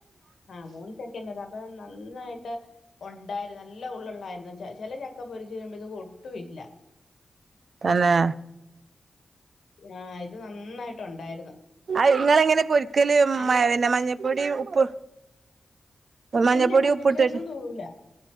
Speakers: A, on the left (about 80°); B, on the right (about 70°).
A: ആഹ് മൂന്ന് സെക്കൻഡ് അപ്പൊ നന്നായിട്ട് ഉണ്ടായിരുന്നു നല്ല ഉള്ള യിരുന്നു ച ചില ചക്ക പൊരിച്ചു കഴിയുമ്പോഴത്തേക്കും ഒട്ടും ഇല്ല
B: തന്നെ
A: ആഹ് ഇത് നന്നായിട്ടുണ്ടായിരുന്നു
B: ആ ഇങ്ങള് എങ്ങനെ പൊരിക്കല്
A: അങ്ങനെ
B: പിന്നെ മഞ്ഞപ്പൊടി ഉപ്പ് <unintelligible> മഞ്ഞൾപ്പൊടി
A: ഇല്ല മഞ്ഞപ്പൊടി
B: ഉപ്പിട്ടട്ട്
A: ഒന്നും തൂളില്ല